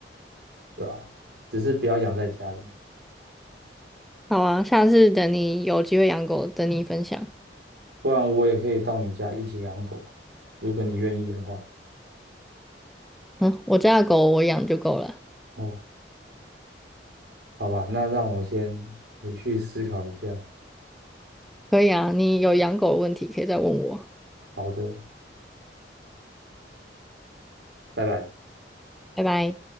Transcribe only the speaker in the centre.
好啊，下次等你有机会养狗，等你分享。
嗯，我家的狗我养就够了。
可以啊，你有养狗的问题可以再问我。
拜拜。